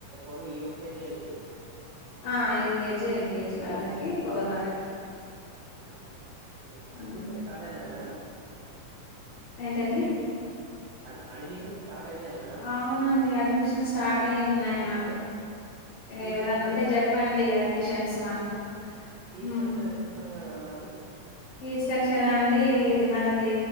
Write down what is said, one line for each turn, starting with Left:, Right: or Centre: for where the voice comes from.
Right: ఒన్లీ యూకేజి ఎల్కేజి
Left: ఆ యూకేజి ఎల్కేజి వాళ్ళకి ఫోర్ వరకి
Right: అహ ఓకే
Left: హ్మ్.
Right: అడ్మిషన్స్ స్టార్ట్ అయినయ మేడం
Left: ఏంటండి
Right: అడ్ అడ్మిషన్ స్టార్ట్ అయినయా మేడం
Left: అవునండి అడ్మిషన్ స్టార్ట్ అయి ఉన్నాయి మాకు
Right: ఫీ
Left: ఎవరన్న
Right: స్ట్రక్చర్
Left: ఉంటే చెప్పండి అడ్మిషన్స్ మాకు
Right: ఫీ
Left: ఉ
Right: స్ట్రక్చర్ ఎట్లుంటది మేడం మనది
Left: ఫీ స్ట్రక్చరా అండి ఇది మనది